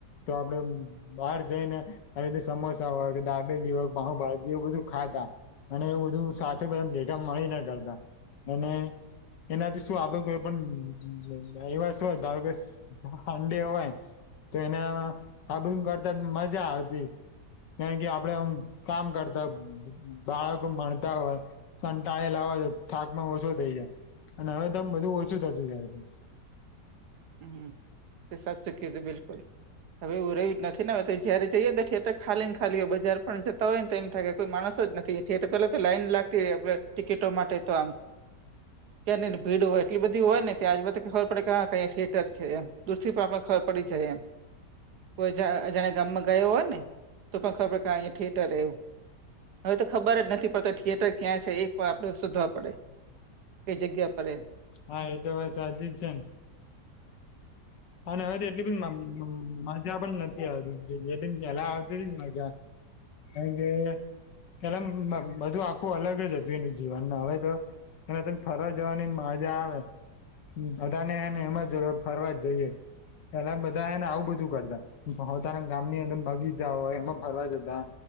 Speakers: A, on the left (about 85°); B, on the right (about 70°).
A: તો આપડે બહાર જઈને આવી રીતે સમોસા હોય કે દા દાબેલી હોય પાઉં ભાજી એ બધું ખાતા અને એ બધું સાથે બધા ભેગા મળી ને કરતા. અને એનાથી શું આપડું કોઈ પણ એવા શું ધારો કે સંડે હોય તો એના આ બધું કરતા મજા આવતી. કારણ કે આપડે આમ કામ કરતા બાળકો મળતા હોય. કંટાળેલા હોય થાક પણ ઓછો થઈ જાય અને હવે તો આમ બધું ઓછું થતું જાય છે.
B: હમ્મ તે સાચું કીધું બિલકુલ. હવે એવું રહ્યું જ નથી હવે જયારે જઈએ તો થિયેટર ખાલી ને ખાલીય બજાર પણ જતા હોય ને તો એમ થાય કોઈ માણસો જ નથી થયેટર પેલા તો લાઈન લાગતી આપે ટિકિટો માટે તો આમ. ક્યાંહીંને ભીડ હોય એટલી બધી હોય ને કે આજુ બાજુ ખબર પડે કે આ ક્યા થેયેટર થેયેટર છે એમ દૂર થી પણ આપને ખબર પડી જાય એમ. કોઈ જા અજાણીયામાં ગામ ગયો હોય ને તો પણ ખબર પડી કે અહ્યા થિએટર આવ્યુ. હવે તો ખબર જ નથી પડતો થિયેટર ક્યાં છે એ પણ આપડે શોધવા પડે. કઈ જગ્યા પરે.
A: હા એતો વાત સાચી જ છે ન. અને હવે તો એટલી બી મ મ મજા પણ નથી. નથી આવતી જે રીતે પેલા આવતી મજા કારણ કે. પેલા આમ બધું આખું અલગ જ હતું એનું જીવનમાં હવે તો. હવે તો ફરવા જવાની મજા આવે બધાને એને એમ જ ફરવા જ જઈએ. પેલા બધા હે ને આવું બધું કરતા. પોતાના ગામની અંદર બગીચા હોય એમાં ફરવા જતા